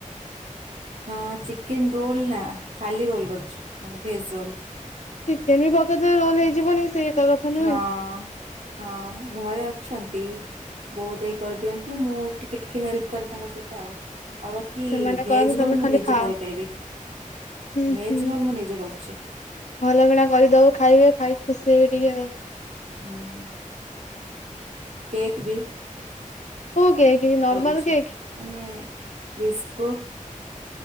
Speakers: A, on the right; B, on the left.
A: ହଁ ଚିକେନ ରୋଲ ନା ଖାଲି ରୋଲ କରଛି ମାନେ ଭେଜ ରୋଲ।
B: ଚିକେନ ବି ପକେଇଦେ ରୋଲ ହେଇଯିବନି ସେ ଏକା କଥା ନୁହେଁ
A: ହଁ ହଁ ଘରେ ଅଛନ୍ତି। ବହୁତ ହେଇ କରିଦିଅନ୍ତି ମୁଁ ଟିକେ ଟିକେ ହେଲ୍ପ କରେ ତାଙ୍କ ସହିତ ଆଉ। ଆଉ ବାକି
B: ସେମାନେ
A: ଭେଜ
B: କରନ୍ତି
A: ରୋଲ
B: ତମେ
A: ମୁଁ
B: ଖାଲି
A: ନିଜେ
B: ଖାଅ
A: କରିପାରିବି।
B: ହୁଁ
A: ଭେଜ
B: ହୁଁ
A: ରୋଲ ମୁଁ ନିଜେ କରୁଛି।
B: ଭଲ କିଣା କରିଦବ ଖାଇବେ ଖାଇ ଖୁସି ହେଇ ବି ଟିକେ ଆଉ।
A: ହଁ କେକ୍ ବି।
B: <inaudible>
A: କରିଛି ମାନେ ବିସ୍କୁଟ